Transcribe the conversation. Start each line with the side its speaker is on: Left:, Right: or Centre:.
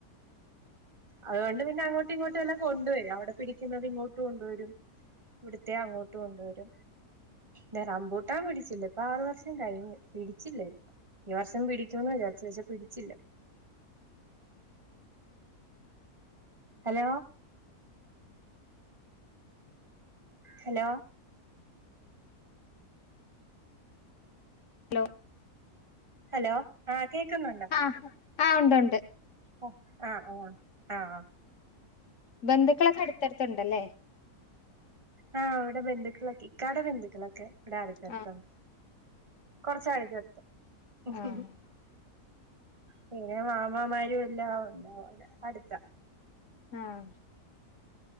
Right: അതുകൊണ്ട് പിന്നെ അങ്ങോട്ടും ഇങ്ങോട്ടും എല്ലാം കൊണ്ട് വരും അവിടെ പിടിക്കുന്നത് ഇങ്ങോട്ട് കൊണ്ടുവരും ഇവിടുത്തെ അങ്ങോട്ട് കൊണ്ടുവരും ല റംമ്പൂട്ടാൻ പിടിച്ചില്ല ഇപ്പൊ ആറു വർഷം കഴിഞ്ഞ് പിടിച്ചില്ല ഈ വർഷം പിടിച്ചുന്നു വിചാരിച്ചു പക്ഷെ പിടിച്ചില്ല <unintelligible> ഹലോ ഹലോ
Left: ഹലോ
Right: ഹലോ ആ കേക്കുന്നുണ്ടോ
Left: ആഹ ആ ഉണ്ട് ഉണ്ട്
Right: ഒ ആഹ ആഹ ആഹ് ആഹ
Left: ബന്ധുക്കളൊക്കെ അടുത്തടുത്തണ്ടല്ലേ
Right: ആഹ ഇവിടെ ബന്ധുക്കളൊക്കെ ഇക്കാടെ ബന്ധുക്കളൊക്കെ ഇവിടെ അടുത്തടുത്തുണ്ട്
Left: ആഹ്
Right: കുറച്ച കഴക്ക് എടുത്ത് <unintelligible>
Left: ആഹ്
Right: പിന്നെ മാമാമാരും എല്ലാം ഉണ്ടാവ അതെ അടുത്ത
Left: ആഹ